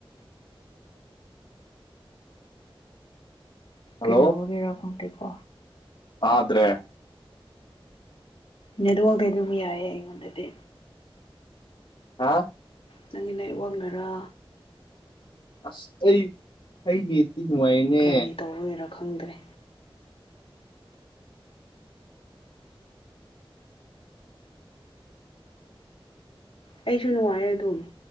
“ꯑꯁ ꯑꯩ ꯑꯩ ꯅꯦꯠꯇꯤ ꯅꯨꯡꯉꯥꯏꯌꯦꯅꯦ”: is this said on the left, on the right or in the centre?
Left